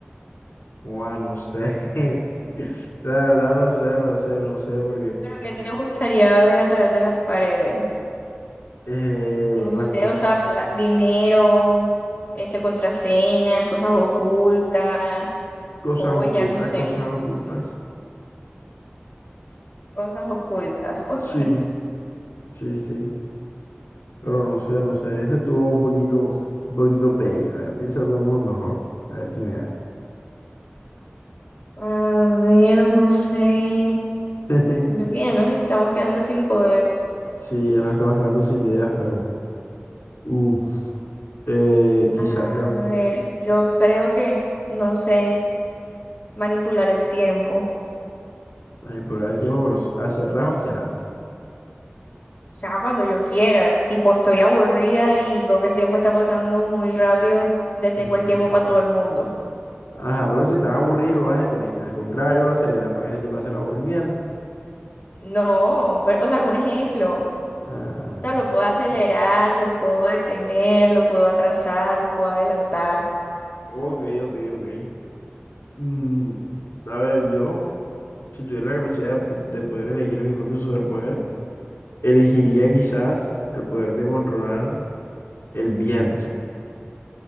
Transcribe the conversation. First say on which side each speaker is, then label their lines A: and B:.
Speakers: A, on the left (about 80°); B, on the left (about 40°).
A: Juan, no sé, <laughs> la verdad no sé, no sé, no sé, porque
B: Pero ¿qué te gustaría ver a través de las paredes?
A: eh,
B: No
A: las
B: sé,
A: cosas,
B: o sea, pla- dinero, este, contraseñas, cosas ocultas,
A: cosas
B: joyas,
A: ocultas,
B: no sé,
A: cosas ocultas,
B: cosas ocultas. Ok,
A: sí, sí, sí, pero no sé, no sé, ese estuvo un poquito, un poquito pelle, a ver, piensa tú en uno mejor, a ver si me gana.
B: a ver, no sé.
A: <laughs>
B: Siento que ya nos estamos quedando sin poder.
A: Sí, ya nos estamos quedando sin ideas, pero uf, eh, quizás
B: A
A: eh,
B: ver, yo creo que, no sé, manipular el tiempo.
A: manipular el tiempo, pero s- hacia atrás o hacia adelante.
B: O sea, cuando yo quiera, tipo, estoy aburrida y veo que el tiempo está pasando muy rápido, detengo
A: Ujú.
B: el tiempo para todo el mundo.
A: Ajá, pero si estás aburrido, lo vas a detener. Al contrario, lo aceleras para que se te pase el aburrimiento.
B: No, pero, o sea, es un ejemplo. O
A: Ah,
B: sea, lo puedo acelerar,
A: ok,
B: lo puedo detener, lo puedo atrasar, lo puedo adelantar.
A: ok, ok. ok. Mm, a ver, yo, si tuviera la capacidad de, po- de poder elegir mi propio superpoder, elegiría quizás el poder de controlar el viento.